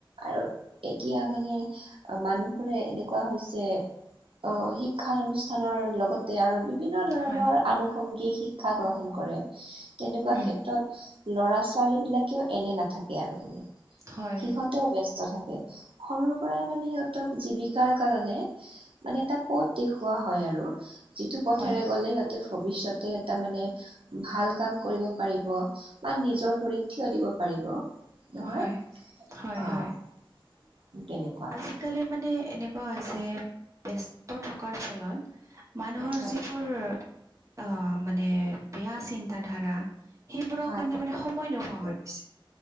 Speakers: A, on the right (about 75°); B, on the right (about 35°).
A: আৰু এতিয়া মানে, মানুহবোৰে এনেকুৱা হৈছে অ'! শিক্ষা অনুষ্ঠানৰ লগতে আৰু বিভিন্ন ধৰণৰ
B: হয়,
A: আনুসংগিক শি শিক্ষা গ্ৰহণ কৰে। তেনেকুৱা
B: উম,
A: ক্ষেত্ৰত, ল'ৰা- ছোৱালী বিলাকেও এনে নাথাকে আৰু মানে।
B: হয়,
A: সিহঁত ব্যস্ত থাকে। সৰুৰ পৰাই মানে সিহঁতক জীৱিকাৰ কাৰণে মানে এটা পথ দেখুওৱা হয় আৰু যিটো পথেৰে
B: হয়,
A: গ'লে সিহঁতে ভৱিষ্যতে এটা মানে ভাল কাম কৰিব পাৰিব বা নিজৰ ভৰিত থিয় দিব পাৰিব। নহয়
B: হয়। হয়,
A: অ
B: হয়।
A: তেনেকুৱা।
B: আজিকালি মানে এনেকুৱা হৈছে বে ত থকাৰ ফলত মানুহৰ
A: হয়
B: যিবোৰ অ' মানে বেয়া চিন্তা ধাৰা সেইবোৰৰ
A: হয়
B: কাৰণে মানে সময় নোহোৱা হৈ গৈছে।